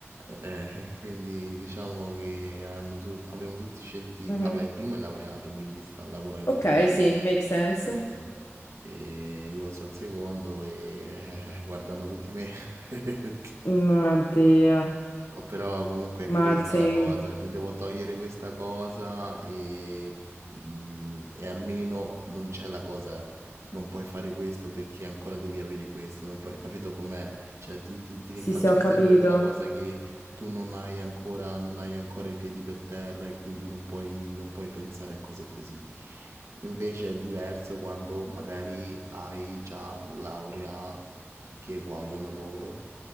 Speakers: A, on the right; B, on the left.
A: Eh, quindi diciamo che hanno tu- abbiamo tutti scelti,
B: Mhm.
A: vabbè, il primo è laureato, quindi sta, lavora in
B: Ok,
A: farmacia,
B: sì, make sense.
A: quindi e io sono il secondo e eh, guardano tutti me. <laughs>
B: Non Oddio,
A: No, Però comunque è
B: Mazzing.
A: questa la cosa, mi devo togliere questa cosa e, mm, e almeno non c'è la cosa, non puoi fare questo perché ancora devi avere questo, non puoi, capito com'è? Cioè ti, ti, ti
B: Sì,
A: rinfacciano
B: sì, ho capito.
A: sempre quella cosa che tu non hai ancora, non hai ancora i piedi per terra e quindi non puoi, non puoi pensare a cose così. Invece è diverso quando magari hai già la laurea che vogliono loro